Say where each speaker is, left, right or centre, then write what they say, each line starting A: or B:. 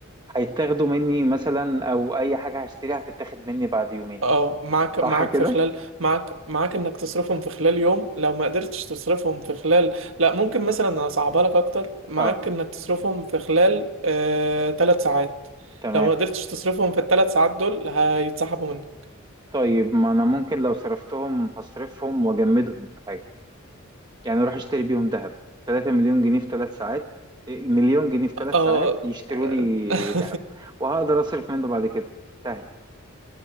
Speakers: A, on the right; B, on the right.
A: هيتاخدوا مني مثلا او اي حاجة هشتريها هتتاخد مني بعد يومين
B: اه معاك
A: صح
B: معاك
A: كده
B: في خلال معاك معاك انك تصرفهم في خلال يوم لو ما قدرتش تصرفهم في خلال لا ممكن مثلا اصعبها لك اكتر معاك
A: اه
B: انك تصرفهم في خلال آه... 3 ساعات
A: تمام
B: لو ما قدرتش تصرفهم في الثلاث ساعات دول هيتسحبوا منك
A: طيب ما انا ممكن لو صرفتهم هصرفهم واجمدهم في حاجة يعني اروح اشتري بيهم ذهب 3 مليون جنيه في 3 ساعات إيه، مليون جنيه في 3
B: اه
A: ساعات يشتروا لي
B: <laughs>
A: ذهب وهقدر اصرف منه بعد كده سهل